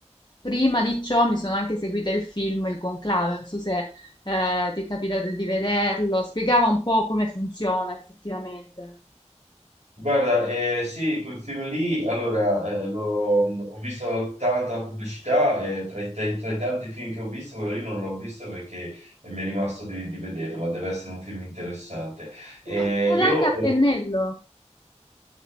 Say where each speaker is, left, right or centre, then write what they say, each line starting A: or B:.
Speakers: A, on the left; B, on the right.
A: prima di ciò mi sono anche seguita il film Il Conclave. Non so se eh, ti è capitato di vederlo, spiegava un po' come funziona effettivamente.
B: Guarda, eh, sì, quel film lì, allora, eh, l'ho- ho visto tanta pubblicità e tra i, tra i- tra i tanti film che ho visto, quello lì non l'ho visto perché eh, mi è rimasto di, di vederlo, ma deve essere un film interessante. Eh,
A: No, Ed è
B: io,
A: anche a pennello